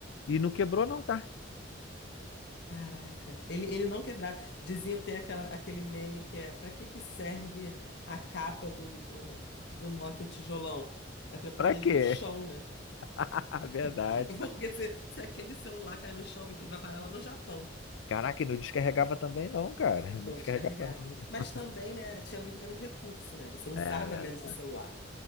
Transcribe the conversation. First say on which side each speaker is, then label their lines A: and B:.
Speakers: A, on the left; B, on the left.
A: e não quebrou não, tá?
B: Caraca, ele, ele não quebrava. Diziam, tem aquela, aquele meme que é para que que serve a capa do, uh, do Nokia tijolão? É para proteger
A: Pra quê?
B: o chão, né?
A: <laughs> Verdade.
B: <laughs> Porque se, se aquele celular cai no chão, meu filho vai parar lá no Japão.
A: Caraca, e não descarregava também não, cara. Não
B: Não
A: descarregava
B: descarregava.
A: não.
B: Mas também, né, tinha muito menos recurso, né? Você usava
A: É, verdade,
B: menos o celular.